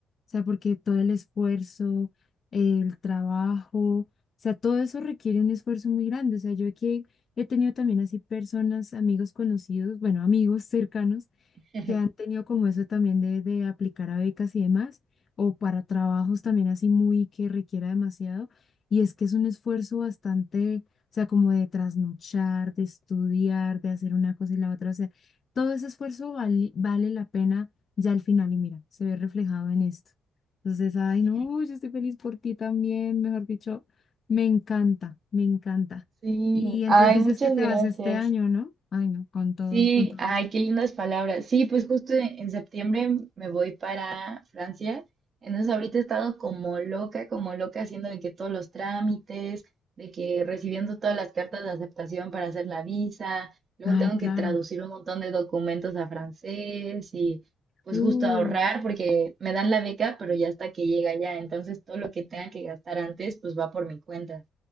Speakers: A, on the left; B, on the right.
A: sea, porque todo el esfuerzo, el trabajo, o sea, todo eso requiere un esfuerzo muy grande. O sea, yo aquí he tenido también así personas, amigos conocidos, bueno, amigos cercanos
B: <laughs>
A: que han tenido como eso también de, de aplicar a becas y demás, o para trabajos también así muy que requiera demasiado. Y es que es un esfuerzo bastante, o sea, como de trasnochar, de estudiar, de hacer una cosa y la otra. O sea, todo ese esfuerzo vale, vale la pena ya al final y mira, se ve reflejado en esto. Entonces, ay,
B: Sí,
A: no, yo estoy feliz por ti también, mejor dicho, me encanta, me encanta.
B: sí.
A: Y entonces
B: Ay,
A: dices
B: muchas
A: que te
B: gracias.
A: vas este año, ¿no? Ay, no, con todo,
B: Sí,
A: con todo.
B: ay,
A: gusto.
B: qué lindas palabras. Sí, pues justo en en septiembre me voy para Francia. Entonces ahorita he estado como loca, como loca haciendo de que todos los trámites, de que recibiendo todas las cartas de aceptación para hacer la visa, luego
A: Ay,
B: tengo
A: claro.
B: que traducir un montón de documentos a francés y pues
A: Uh,
B: justo ahorrar porque me dan la beca, pero ya hasta que llega ya. Entonces todo lo que tenga que gastar antes, pues va por mi cuenta.